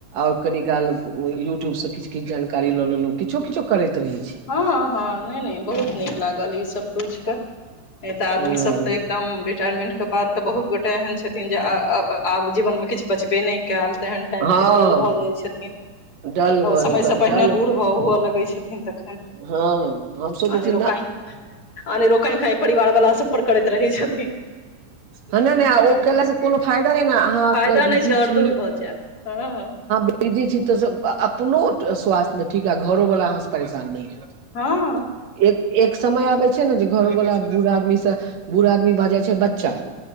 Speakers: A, on the right; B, on the left.
A: आओर कनि काल यूट्यूब से किछु किछु जानकारी लऽ लेलहुँ किछु किछु करैत रहै छी
B: हँ हँ नहि नहि बहुत नीक लागल ई सभ पुइझ कऽ नहि तऽ आदमी
A: हँ
B: सभ तऽ एकदम रिटायरमेन्टके बाद तऽ बहुत गोटे एहन छथिन जे आब जीवनमे किछु बचबे नहि कायल तेहन टाइप
A: हँ
B: के डल भऽ जाइ छथिन
A: डल भर
B: समय से पहिने
A: डल
B: बूढ़ हुअ लगै छथिन आ
A: हँ हम सोचै
B: अनेरो
A: छी न
B: काइ अनेरो काइकाइ परिवार सभ पर करैत रहै छथिन
A: ह नहि
B: हँ
A: ओ केलासँ कोनो फायदा नहि ने अहाँ
B: फायदा
A: अगर
B: नहि
A: बिजी
B: छै आओर
A: छी
B: दूर भऽ हँ
A: बिजी छी तऽ अपनो स्वास्थ्य सभ लऽ ठीक आ घरोवला अहाँसँ परेशान नहि हैत
B: हँ
A: एक एक समय आबे छै नऽ जे घरो वालला बुढ़ आदमी से बूढ़ आदमी भऽ जाय छै बच्चा